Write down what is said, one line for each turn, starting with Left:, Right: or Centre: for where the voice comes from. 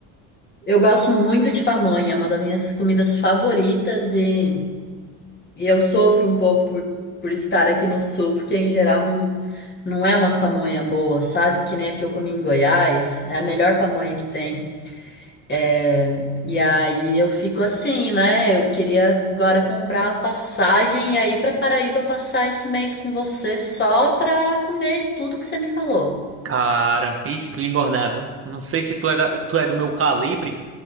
Left: Eu gosto muito de pamonha, é uma das minhas comidas favoritas e, e eu sofro um pouco por, por estar aqui no sul, porque em geral não, não é umas pamonha boas, sabe? Que nem a que eu comi em Goiás, é a melhor pamonha que tem. É, e aí eu fico assim, né? Eu queria agora comprar a passagem e aí para Paraíba passar esse mês com você só pra comer tudo que você me falou.
Right: Cara, isso, tu ia engordar, viu? Não sei se tu é, da- tu é do meu calibre,